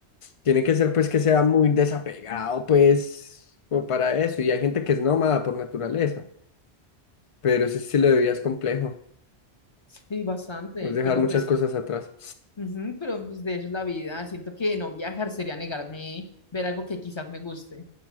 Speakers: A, on the left; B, on the left.
A: Tiene que ser pues que sea muy desapegado, pues, como para eso. Y hay gente que es nómada por naturaleza, pero ese estilo de vida es complejo,
B: Sí, bastante,
A: es dejar
B: pero
A: muchas
B: pues
A: cosas atrás.
B: Ujú, pero pues, de eso es la vida. Siento que no viajar sería negarme ver algo que quizás me guste.